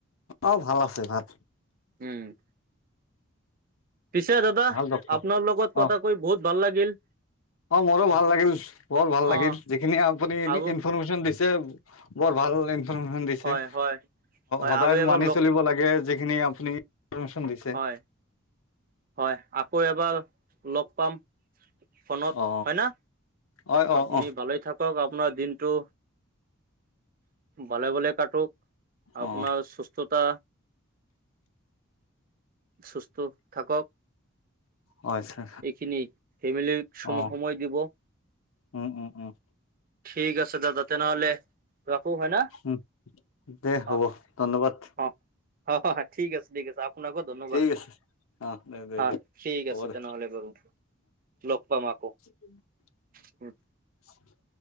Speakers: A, on the left; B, on the right.
A: অ, ভাল আছে, ভাল।
B: উম। পিছে দাদা
A: ভাল ডক্তৰ
B: আপোনাৰ লগত
A: অ
B: কথা কৈ বহুত ভাল লাগিল।
A: অ, মোৰো ভাল লাগিল। বৰ ভাল লাগিল।
B: অ',
A: যিখিনি আপুনি ইনফৰমেশ্যন
B: আৰু
A: দিছে বৰ ভাল ইনফৰমেশ্যন দিছে,
B: হয়, হয়, হয়
A: সদায়
B: আৰু এবাৰ
A: মানি
B: লগ
A: চলিব লাগে। যিখিনি আপুনি ইনফৰমেশ্যন দিছে
B: হয়- হয়, আকৌ এবাৰ লগ পাম। ফোনত
A: অ
B: হয়না।
A: অ অ
B: আপুনি
A: অ
B: ভালেই থাক হওঁক আপোনাৰ দিনটো। ভালে- ভাল থাকক। আপোনাৰ
A: অ
B: সুস্থতা, সুস্থ থাকক।
A: অ আচ্ছা
B: এইখিনিয়েই, ফেমিলি ছম-
A: অ
B: সময় দিব।
A: উম- উম- উম।
B: ঠিক আছে দাদা, তেনেহ'লে ৰাখো হয় না?
A: উম দে, হ'ব
B: অ',
A: ধন্যবাদ।
B: অ- অ ঠিক আছে, ঠিক আছে, আপোনাকো ধন্যবাদ।
A: ঠিক আছে অ দে দে
B: হা
A: দে
B: ঠিক
A: হ'ব
B: আছে
A: দে
B: তেনেহ'লে বাৰু। লগ পাম আকৌ।
A: উ
B: উম।
A: <inaudible>